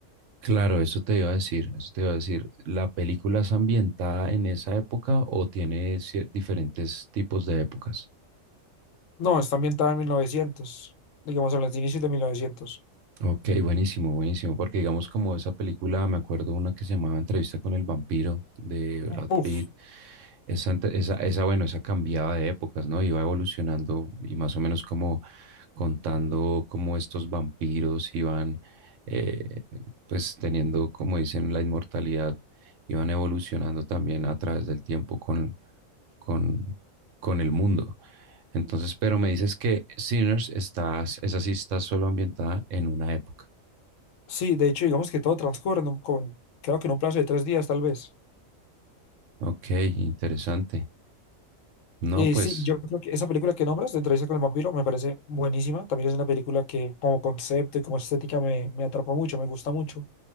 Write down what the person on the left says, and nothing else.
No, está ambientada en mil novecientos digamos, en los inicios de 1900.
Uf,
sí, de hecho, digamos que todo transcurre en un- con, creo que en un plazo de tres días, tal vez.
Y
sí, yo creo que esa película que nombras, de Entrevista con el Vampiro, me parece buenísima. También es una película que como concepto y como estética me, me atrapa mucho, me gusta mucho.